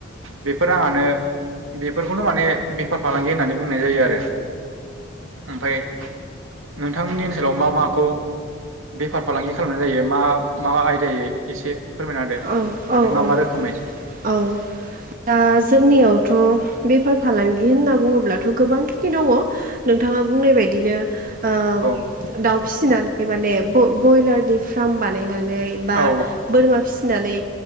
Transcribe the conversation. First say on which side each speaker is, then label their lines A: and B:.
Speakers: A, on the right (about 80°); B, on the right (about 45°).
A: बेफोर रांआनो बेफोरखौनो माने बेफार फालांगि होननानै बुंनाय जायो आरो ओमफाय नोंथांमोननि ओनसोलाव मा माखौ बेफार फालांगि खालामनाय जायो। मा माबा आयदायै एसे फोरमायना होदो
B: औ
A: माने
B: औ
A: मा
B: औ
A: मा रोखोमै
B: औ दा जोंनियावथ' बेफार फालांगि होनना बुङोब्लाथ' गोबां खिनि दङ। नोंथाङा बुंनाय बायदिनो ओ
A: औ
B: दउ फिसिनानै माने ब्रयलारनि फार्म बानायनानै बा
A: औ
B: बोरमा फि नानै